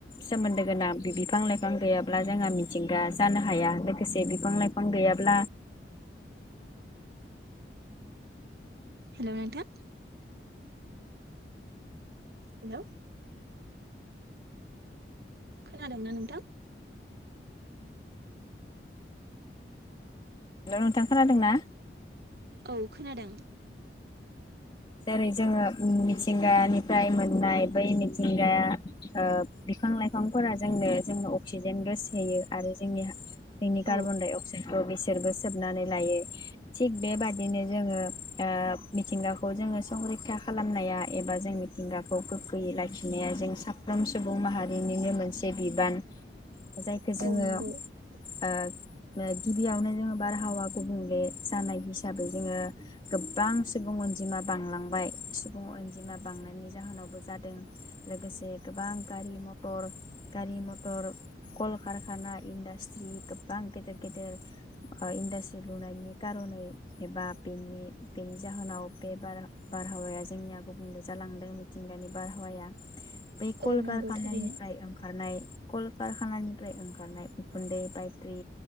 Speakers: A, on the left (about 30°); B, on the right (about 60°).
A: सोमोन्दो गोनां। बिफां, लाइफां गैयाब्ला जोंहा मिथिंगा जानो हाया। लोगोसे बिफां, लाइफां गैयाब्ला
B: हेल' नोंथां हेलौ खोनादोंना नोंथां?
A: हेल' नोंथां खोनादों ना?
B: औ खोनादों।
A: जेरै जोङो मिथिंगानिफ्राय मोननाय बै मिथिंगाया ओ बिफां, लाइफांफोरा जोंनो जोंनो अक्सिजेन गोसोयो आरो जोंनि जोंनि कारबनडाय
B: औ
A: अकसाडखौ बेस सोरबो सोबनानै लायो। थिग बेबादिनो जोङो ओ मिथिंगा खौ जोङो संरैखा खालामनाया एबा जों मिथिंगाखौ गोगोयै लाखिनाया जों साफ्रोम सुबुं माहारिनिनो मोनसे बिबान। जायखौ जोङो
B: औ नंगौ
A: ओ गिबियावनो जोङो बारहावा गुबुंले जानाय हिसाबै जोङो गोबां सुबुं अनजिमा बांलांबाय, सुबुं अनजिमा बांनायनि जाहोनावबो जादों। लोगोसे गोबां गारि मथर गारि मथर, कलकारखाना, इन्डास्ट्रि गोबां गेदेर गेदेर ओ इन्डास्ट्रि लुनायनि खार'नै एबा बेनि बेनि जाहोनाव। बे बार बारहावाया जोंनिया गुबुंले जालांदों मिथिंगानि बारहावाया। बे कल
B: औ
A: कारखानानिफ्राय
B: नंगौ थारैनो
A: ओंखारनाय। कलकारखानानिफ्राय ओंखारनाय उखुन्दै, बायट्रि